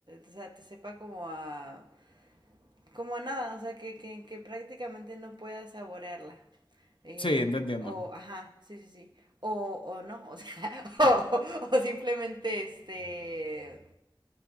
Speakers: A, on the right; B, on the left.
A: O sea, te sepa como a, como a nada, o sea, que, que, que prácticamente no puedas saborearla. Eh,
B: Sí, te entiendo.
A: o, ajá, sí, sí, sí. O, o no, o sea, <laughs> o, o simplemente este